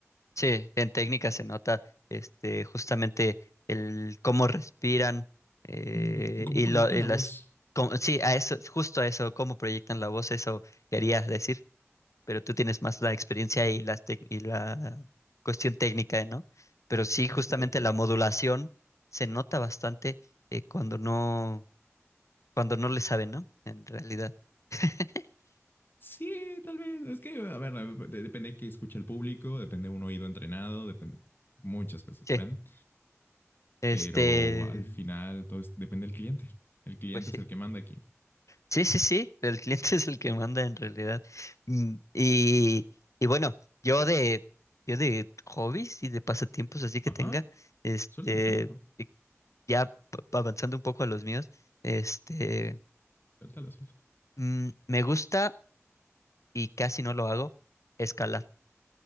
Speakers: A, on the left; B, on the left.
A: sí, en técnica se nota este, justamente el cómo respiran eh,
B: Mm, ¿Cómo
A: y,
B: proyectan
A: lo, y
B: la
A: las...
B: voz?
A: cómo- sí, a eso, justo a eso, cómo proyectan la voz, eso quería decir. pero tú tienes más la experiencia y, las tec- y la cuestión técnica, ¿no? Pero sí,
B: Un
A: justamente
B: poquito autobiónica.
A: la modulación se nota bastante eh, cuando no, cuando no le saben, ¿no? En realidad. <laughs>
B: Sí, tal vez. Es que, a ver, de- depende que escuche el público, depende de un oído entrenado, depende. Muchas cosas
A: Sí,
B: dependen.
A: este,
B: Pero al final todo es- depende del cliente. El cliente
A: pues sí.
B: es el que manda aquí.
A: Sí, sí, sí, el cliente <laughs> es el que manda en realidad. Mm, Y, y bueno, yo de, yo de hobbies y de pasatiempos así que
B: Ajá.
A: tenga, este,
B: Suéltalo, suéltalo.
A: y ya p- avanzando un poco a los míos, este,
B: Suéltalo, suéltalo.
A: mm, me gusta y casi no lo hago, escalar.